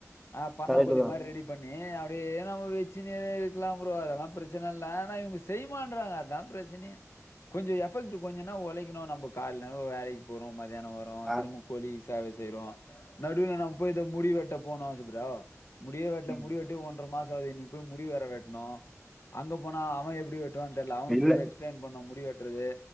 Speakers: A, on the left; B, in the centre.
A: ஆ பண்ணக்
B: கரெக்டு
A: கோழி
B: தான்
A: மாரி ரெடி பண்ணி அப்டியே நம்ம வச்சுனே இருக்லா ப்ரோ அதெல்லா பிரச் சன இல்ல ஆனா இவுங்க செய்வான்றாங்க அதா பிரச்சனே கொஞ்சோ எஃபெக்ட்டு கொஞ்சன்னா ஒழைக்கணு நம்ப கால்ன ஒ வேலைக்கு போறோ மத்யானோ வரோ
B: ஆ
A: திரும கோழி சேவ செய்றோ நடுல நம் போய் இத முடி வெட்ட போனா ஆச ப்ரோ முடியே வெட்ல
B: ம்
A: முடி வெட்டி ஒன்ற மாசோ ஆகுது இன்னைக்கு போய் முடி வேர வெட்ணு அங்க போனா அவே எப்டி வெட் ட்டு தெர்ல அவனுக்
B: இல்ல
A: கொஞ்சோ எக்ஸ்பிளைன் பண்ணோ முடிவெட்றகு